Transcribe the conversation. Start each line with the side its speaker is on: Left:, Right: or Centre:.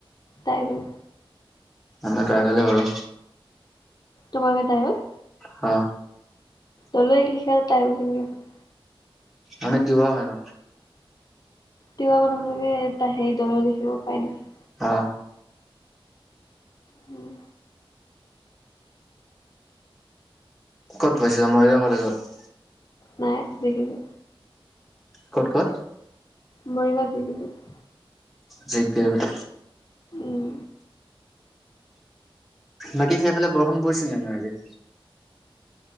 Left: ট্ৰাইবেল।
Centre: আমি ট্ৰাইবেলে বাৰু।
Left: তোমালোকে ট্ৰাইবেল
Centre: অ।
Left: দলৈ লিখা ট্ৰাইবেল কেনেকে হয়
Centre: আমি তিৱা হয় ন।
Left: তিৱা মানুহবিলাকে হেৰি দলৈ লিখিব পাৰে নেকি
Centre: অ।
Left: উম।
Centre: ক'ত পঢ়িছা মৰিগাঁও কলেজত
Left: নাই <unintelligible>
Centre: ক'ত ক'ত
Left: মৰিগাঁও জি কে বিত।
Centre: জি কে বি ত।
Left: উম।
Centre: বাকী সেইফালে বৰষুণ পৰিছে নে নাই আজি